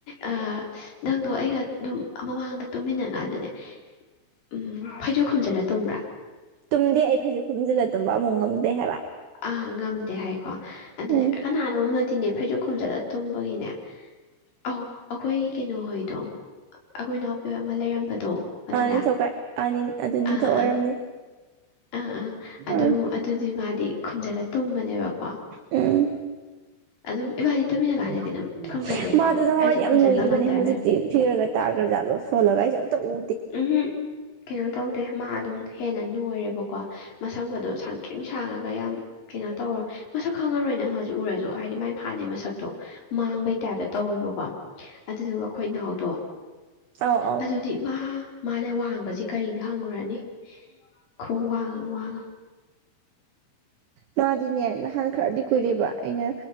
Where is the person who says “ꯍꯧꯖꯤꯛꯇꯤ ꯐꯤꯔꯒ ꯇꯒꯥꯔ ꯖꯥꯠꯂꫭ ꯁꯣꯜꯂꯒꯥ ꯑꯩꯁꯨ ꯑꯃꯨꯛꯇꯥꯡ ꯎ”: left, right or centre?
Right